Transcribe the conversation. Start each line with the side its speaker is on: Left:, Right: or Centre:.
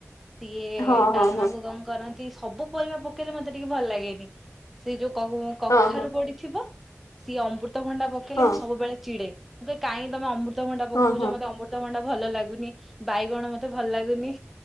Centre: ସିଏ
Left: ହଁ ହଁ
Centre: ଡାଲମାକୁ
Left: ହଁ
Centre: କଣ କରନ୍ତି ସବୁ ପରିବା ପକେଇଲେ ମତେ ଟିକେ ଭଲ ଲାଗେନି ସେ ଯୋଉ କହୁ କଖାରୁ
Left: ହଁ ହଁ
Centre: ପଡିଥିବ ସିଏ ଅମୃତଭଣ୍ଡା ପକେଇଲେ
Left: ହଁ
Centre: ମୁଁ ସବୁବେଳେ ଚିଡେ ମୁଁ କହେ କାହିଁ ତମେ ଅମୃତ ଅମୃତଭଣ୍ଡା ପକଉଛ
Left: ହଁ ହଁ।
Centre: ମତେ ଅମୃତଭଣ୍ଡା ଭଲ ଲାଗୁନି ବାଇଗଣ ମତେ ଭଲ ଲାଗୁନି